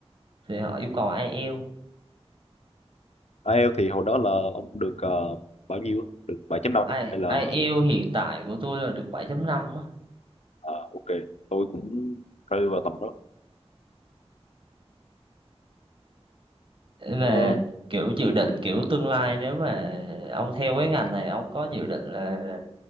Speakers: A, on the right (about 55°); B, on the left (about 80°).
A: thì họ yêu cầu IELTS
B: IELTS thì hồi đó là ông được ờ, bao nhiêu á? được 7.5
A: ai
B: không? hay là
A: IELTS hiện tại của tôi là được 7.5 á
B: à, ok tôi cũng rơi vào tầm đó
A: về
B: Ờ,
A: kiểu dự định kiểu tương lai nếu mà ông theo cái ngành này ông có dự định là